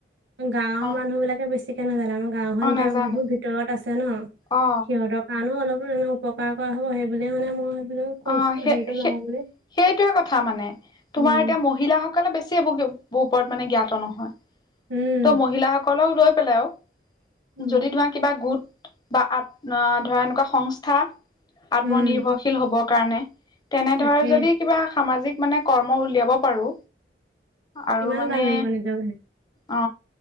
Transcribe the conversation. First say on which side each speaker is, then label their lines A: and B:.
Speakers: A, on the right; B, on the left.
A: গাওৰ
B: অ
A: মানুহ বিলাকে বেছি ছিকে নাজানে। আমাৰ গাওখন
B: অ
A: এতিয়া
B: নাজানে
A: বহুত ভিতৰত আছে ন।
B: অ
A: সিহঁতৰ কাৰণেও অলপ এনেও উপকাৰ কৰা হ'ব। সেইবুলিয়ে মানে মই ভাবিলো কৰ্চটো
B: অ সেই,
A: হেৰিটো লওঁ
B: সেই
A: বুলি
B: সেইটোৱে কথা মানে। তোমাৰ
A: উম
B: এতিয়া মহিলাসকলে বেছি এই বোৰ ওপৰত মানে জ্ঞাত নহয়।
A: উম
B: ত মহিলাসকলক লৈ পেলাই আৰু
A: উম
B: যদি তোমাৰ কিবা গোট বা আ ধৰা এনেকুৱা সংস্থা আত্মনিৰ্ভৰশীল
A: উম
B: হ'বৰ কাৰণে তেনে
A: তাকে
B: ধৰে যদি কিবা সামাজিক মানে কৰ্ম উলিয়াব পাৰো। আৰু
A: কিমান
B: মানে
A: ভাল লাগিব নিজৰ
B: অ